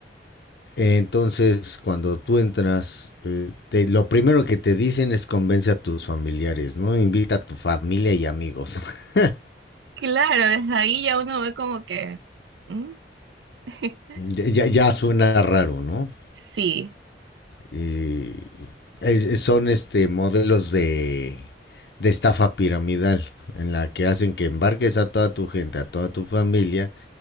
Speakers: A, on the left (about 65°); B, on the right (about 80°).
A: Entonces, cuando tú entras, eh, te- lo primero que te dicen es convence a tus familiares, ¿no? Invita a tu familia y amigos. <laughs>
B: Claro, desde ahí ya uno ve como que... ¿Mm? <laughs>
A: Ya, ya ya suena raro, ¿no?
B: Sí.
A: eh, es- son este modelos de, de estafa piramidal en la que hacen que embarques a toda tu gente, a toda tu familia